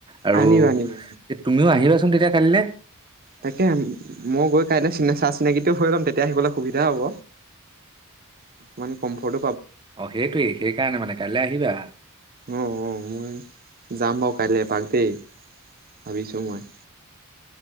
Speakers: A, on the right; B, on the right.
A: আৰু
B: আনিবা আনিবা
A: তুমিও আহিবা তেতিয়া কাইলে।
B: তাকে মই গৈ কাইলৈ চ চা-চিনাকিটোও হৈ লম তেতিয়া আহিবলৈ সুবিধা হ'ব। অকমান কমফৰ্ট
A: অ সেইটোৱেই, সেইকাৰণে মানে কাইলৈ আহিবা।
B: অ-অ মই যাম বাৰু কাইলৈ এপাক দেই, ভাবিছো মই।